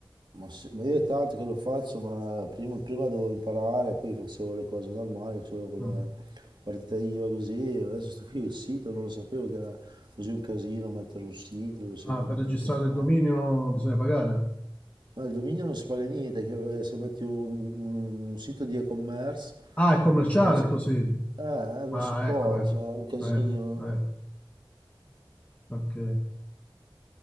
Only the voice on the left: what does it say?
Mm.
Ah,
per registrare
il
dominio bisogna pagare.
Ah, è commerciale
il tuo sito.
Ah,
ecco, ecco,
ecco, ecco. Ok.